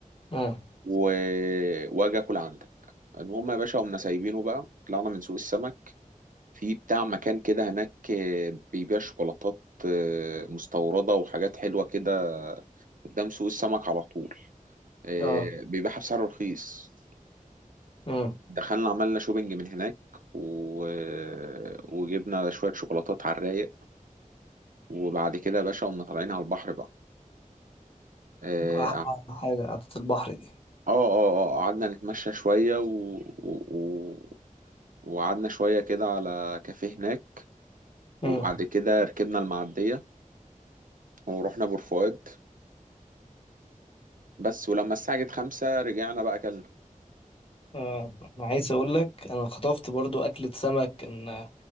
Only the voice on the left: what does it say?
آه
آه
مم.
أحلى
حاجة قعدة البحر دي
مم.
آه. أنا عايز أقولك أنا خطفت برضو أكلة سمك كان